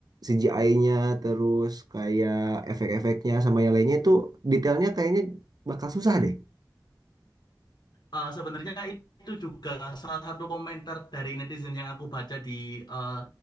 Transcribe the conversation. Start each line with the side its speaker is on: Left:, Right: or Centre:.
Right: CGI-nya terus kayak efek-efeknya sama yang lainnya itu detailnya kayaknya bakal susah deh
Left: Eh, sebenarnya itu juga salah satu komentar dari netizen yang aku baca di eh,